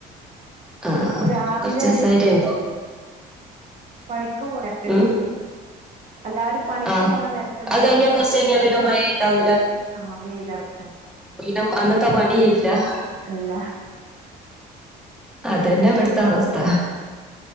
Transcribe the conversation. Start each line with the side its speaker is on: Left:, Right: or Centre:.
Centre: ആ
Right: അപ്പൊ രാവിലെ
Centre: കൊർചേസായിട്ടെ
Right: ഈ
Centre: ഒള്ളൂ
Right: പണിക്ക് പോണ് ട്ട്
Centre: ഉം
Right: എല്ലാരും പണിക്ക്
Centre: ആഹ്
Right: പോണ നേര്ത് മഴ
Centre: കഴിഞ്ഞാ കുറച്ച്
Right: അത് കഴിഞാ
Centre: കഴിഞ്ഞാ പിന്നെ
Right: ല്ല
Centre: മഴ ഉണ്ടാവൂല
Right: ആഹ് വെയിലറക്കും
Centre: അം അന്നത്തെ പണി ല്ലാഹ്
Right: അല്ല
Centre: അതന്നെ ഇവിടുത്തെ അവസ്ഥ